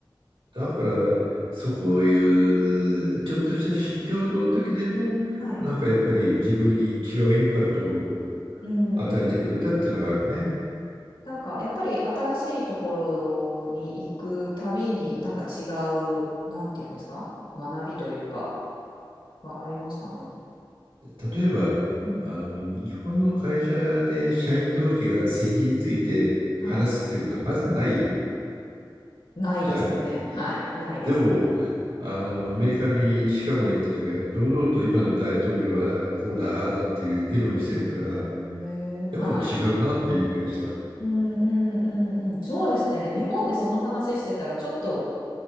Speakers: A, on the right; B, on the left.
A: だから、そういうちょっとした出張の時でも、
B: はい。
A: なんかやっぱり自分に違うインパクトを
B: うんうん
A: 与えてくれたっていうのがあるね。
B: うん。なんかやっぱり新しいところに行くたびになんか違う、なんていうんですか学びというかはありますかね。
A: 例えば、
B: うん。
A: あの、日本の会社で社員同士が政治について話すってことはまずない
B: はい。ないですね。
A: じゃん。
B: はい。ないですね。
A: でも、あの、アメリカにシカゴに行った時は、堂々と今の大統領はこうだ、ああだっていう議論してるから、
B: へえ。
A: やっぱり違うなっていう気がした。
B: はい。うんうんうんうん。そうですね。日本でその話してたらちょっと